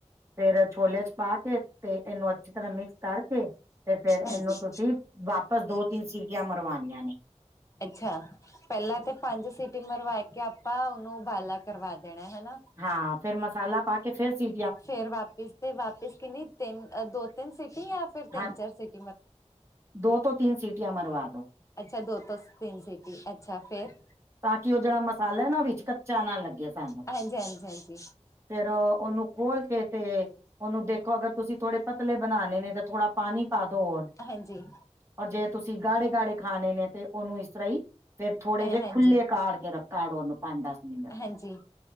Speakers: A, on the right; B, on the left.
A: ਫੇਰ ਛੋਲਿਆਂ 'ਚ ਪਾ ਕੇ 'ਤੇ ਇਹਨੂੰ ਅੱਛੀ ਤਰ੍ਹਾਂ ਮਿਕਸ ਕਰਕੇ 'ਤੇ ਫੇਰ ਇਹਨੂੰ
B: ਹਾਂਜੀ।
A: ਤੁਸੀਂ ਵਾਪਸ ਦੋ ਤਿੰਨ ਸੀਟੀਆਂ ਮਰਵਾਣੀਆਂ ਨੇ।
B: ਅੱਛਾ! ਪਹਿਲਾਂ 'ਤੇ ਪੰਜ ਸੀਟੀ ਮਰਵਾ ਕੇ ਆਪਾਂ ਉਹਨੂੰ ਉਬਾਲਾ ਕਰਵਾ ਦੇਣਾ, ਹਨਾ।
A: ਹਾਂ, ਫੇਰ ਮਸਾਲਾ ਪਾ ਕੇ ਫਿਰ ਸੀ
B: ਫੇਰ ਵਾਪਿਸ ਤੇ ਵਾਪਿਸ ਕਿੰਨੀ ਤਿੰਨ, ਦੋ- ਤਿੰਨ ਸਿਟੀ ਯਾ ਫੇਰ ਤਿੰਨ-
A: ਹਾਂ
B: ਚਾਰ ਸਿਟੀ
A: ਦੋ ਤੋਂ ਤਿੰਨ ਸੀਟੀਆਂ ਮਰਵਾ ਦੋ
B: ਅੱਛਾ ਦੋ ਤੋਂ ਤਿੰਨ ਸਿਟੀ, ਅੱਛਾ ਫੇਰ
A: ਤਾਂ ਕਿ ਉਹ ਜਿਹੜਾ ਮਸਾਲਾ ਨਾ, ਉਹ ਵਿੱਚ ਕੱਚਾ ਨਾ ਲੱਗੇ ਸਾਨੂੰ,
B: ਹਾਂਜੀ, ਹਾਂਜੀ, ਹਾਂਜੀ,
A: ਫੇਰ ਉਹਨੂੰ ਬੋਲ ਕੇਤੇ ਉਹਨੂੰ ਦੇਖੋ ਅਗਰ ਤੁਸੀਂ ਥੋੜੇ ਪਤਲੇ ਬਣਾਉਣੇ ਨੇ ਤਾਂ ਥੋੜਾ ਪਾਣੀ ਪਾ ਦੋ ਹੋਰ
B: ਹਾਂਜੀ
A: ਔਰ ਜੇ ਤੁਸੀਂ ਗਾੜੇ-ਗਾੜੇ ਖਾਣੇ ਨੇ ਤੇ ਉਹਨੂੰ ਇਸ ਤਰ੍ਹਾਂ ਹੀ, ਫੇਰ ਥੋੜੇ ਜਿਹੇ
B: ਹਾਂਜੀ,
A: ਖੁੱਲੇ ਕਾਰ ਕੇ ਰੱਖ ਕਾਰੋ ਉਨੂੰ ਪੰਜ, ਦਸ ਮਿੰਟ
B: ਹਾਂਜੀ,